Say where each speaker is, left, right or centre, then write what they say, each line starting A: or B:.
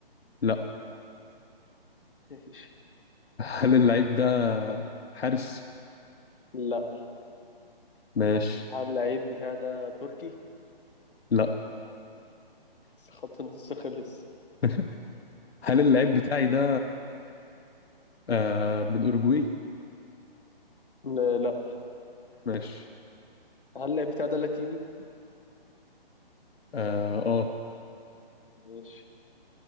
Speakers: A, on the left; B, on the left.
A: لا
B: <laughs> ماشي
A: هل اللعيب ده حارس؟
B: لا
A: ماشي
B: هل اللعيب بتاعي ده تركي
A: لا
B: <laughs> خط النص خلص
A: <laughs> هل اللعيب بتاعي ده آه من أوروجواي؟
B: لا لا.
A: ماشي
B: هل اللعيب بتاعي ده لاتيني
A: آه, آه
B: ماشي